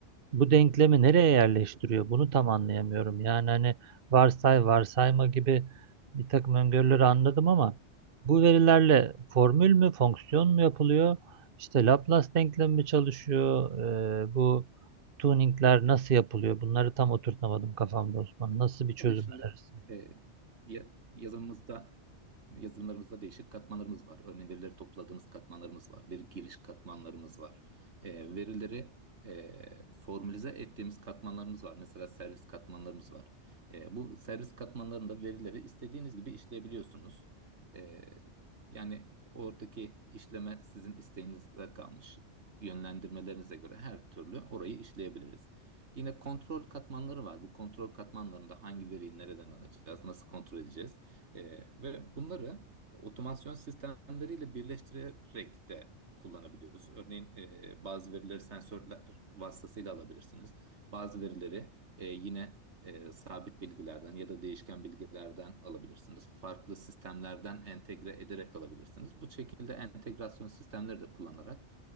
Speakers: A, on the right (about 55°); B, on the right (about 75°).
A: bu denklemi nereye yerleştiriyor? Bunu tam anlayamıyorum. Yani hani varsay, varsayma gibi bir takım öngörüleri anladım ama bu verilerle formül mü, fonksiyon mu yapılıyor? İşte Laplace denklemi mi çalışıyor? Ee, bu tuningler nasıl yapılıyor? Bunları tam oturtamadım kafamda Osman. Nasıl bir çözüm
B: Tabii şimdi
A: önerirsin?
B: e, ya- yazımızda Yazılımlarımızda değişik katmanlarımız var. Örneğin verileri topladığımız katmanlarımız var. Veri giriş katmanlarımız var. E, verileri e, formülize ettiğimiz katmanlarımız var. Mesela servis katmanlarımız var. E, bu servis katmanlarında verileri istediğiniz gibi işleyebiliyorsunuz. E, yani oradaki işleme sizin isteğinize kalmış. Yönlendirmelerinize göre her türlü orayı işleyebiliriz. Yine kontrol katmanları var. Bu kontrol katmanlarında hangi veriyi nereden alacağız, nasıl kontrol edeceğiz? Ee, ve bunları otomasyon sistemleriyle birleştirerek de kullanabiliyoruz. Örneğin e, bazı verileri sensörler vasıtasıyla alabilirsiniz. Bazı verileri e, yine e, sabit bilgilerden ya da değişken bilgilerden alabilirsiniz. Farklı sistemlerden entegre ederek alabilirsiniz. Bu şekilde entegrasyon sistemleri de kullanarak